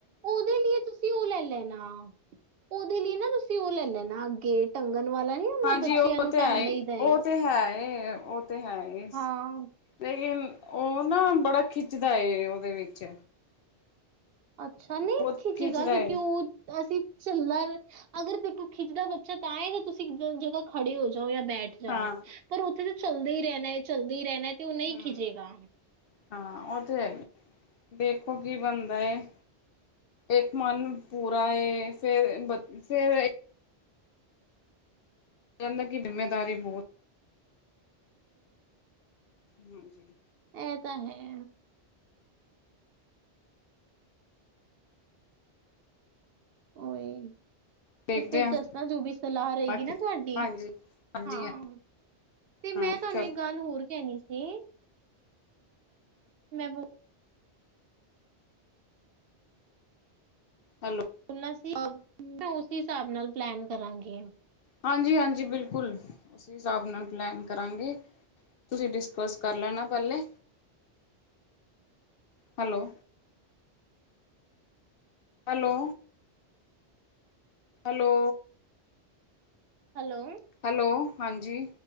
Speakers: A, on the right; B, on the left.
A: ਉਦੇ ਲਈ ਤੁਸੀਂ ਓ ਲੈ ਲੈਣਾ ਉਦੇ ਲਈ ਨਾ ਤੁਸੀਂ ਓ ਲੈ ਲੈਣਾ ਅੱਗੇ ਟੰਗ ਵਾਲਾ ਨੀ ਹੁੰਦਾ
B: ਹਾਂਜੀ
A: ਬੱਚਿਆਂ
B: ਓ
A: ਨੂੰ
B: ਤੇ ਹੈ
A: ਲਈਦਾ
B: ਓ ਤੇ ਹੈ ਇਹ ਓ <unintelligible> ਤੇ ਹੈ ਇਸ
A: ਹਾਂ
B: ਲੇਕਿਨ ਓ ਨਾ ਬੜਾ ਖਿੱਚਦਾ ਏ ਉਦੇ ਵਿੱਚ।
A: ਅੱਛਾ ਨਈ
B: ਬਹੁਤ
A: ਖਿਚੇਗਾ
B: ਖਿੱਚਦਾ
A: ਕਿਉਂਕਿ
B: ਏ
A: ਓ ਅਸੀਂ ਚੱਲਾ ਏਹ ਅਗਰ ਪਿਢੂ ਖਿੱਚਦਾ ਬੱਚਾ ਤਾਂਏ ਤੇ ਤੁਸੀਂ ਜਗ੍ਹਾ ਖੜੇ ਹੋ ਜੋ। ਉਠ ਜਾਓ ਜਾਂ ਬੈਠ ਜਾਓ।
B: ਹਾਂ
A: ਪਰ ਉੱਥੇ ਤਾਂ ਚੱਲਦਾ ਈ ਰੇਣਾ ਏ। ਚੱਲਦੇ ਈ ਰੇਣਾ। ਤੇ ਓ ਨਈ
B: ਹੂੰ
A: ਖਿਜੇਗਾ।
B: ਹਾਂ ਓ ਤੇ ਹੈ ਈ। ਦੇਖੋ ਕੀ ਬਣਦਾ ਏ ਇੱਕ ਮਨ ਪੂਰਾ ਏ ਫੇਰ ਬਚ ਫੇਰ ਕੇਂਦੇ ਕੀ ਜ਼ਿੰਮੇਦਾਰੀ ਬੋਤ ਹਾਂਜੀ
A: ਐ ਤਾਂ ਹੈ। ਓਏ ਨੀ
B: ਦੇਖਦੇ
A: ਤੇ ਫਿਰ
B: ਹਾਂ
A: ਦੱਸਣਾ ਜੋਬੀ ਸਲਾਅ ਰਏਗੀ
B: ਬਾਕੀ
A: ਨਾ ਤੁਆਡੀ।
B: ਹਾਂਜੀ ਹਾਂਜੀ
A: ਹਾਂ ਤੇ ਮੈਂ
B: ਹਾਂਜੀ
A: ਤੁਆਨੂੰ
B: ਚਲੋ
A: ਇੱਕ ਗੱਲ ਹੋਰ ਕੇਣੀ ਸੀ। ਕੀ ਮੈਂ ਬੋਲ
B: ਹੈਲੋ
A: ਬੋਲਣਾ ਸੀ। ਉਸੀ ਹਿਸਾਬ ਨਾਲ ਪਲੈਨ ਕਰਾਂਗੇ।
B: ਹਾਂਜੀ ਹਾਂਜੀ ਬਿਲਕੁਲ। ਉਸੀ ਹਿਸਾਬ ਨਾਲ ਪਲੈਨ ਕਰਾਂਗੇ ਤੁਸੀਂ ਡਿਸਕਸ ਕਰ ਲੈਣਾ ਪੈਲੇ hello hello hello
A: hello
B: hello ਹਾਂਜੀ